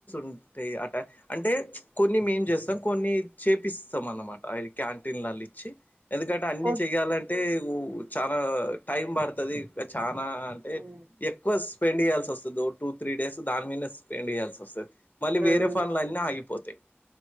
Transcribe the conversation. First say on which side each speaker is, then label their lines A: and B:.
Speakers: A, on the left (about 45°); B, on the right (about 50°).
A: ఉంటయ్ అట అంటే కొన్ని మేం చేస్తాం కొన్ని చేపిస్తాం అన్నమాట క్యాంటీన్ లల ఇచ్చి ఎందుకంటే అన్ని
B: ఓహ్!
A: చెయాలంటే చాలా టైం పడుతది ఇగ చానా అంటే
B: హ్మ్.
A: ఎక్కువ సే స్పెండ్ చేయాల్సి వస్తది ఓ టూ త్రీ డేస్ దాని మీద స్పెండ్ చేయాల్సి వస్తుంది మళ్ళీ
B: హ్మ్.
A: వేరే ఫన్లు అన్ని ఆగిపోతాయ్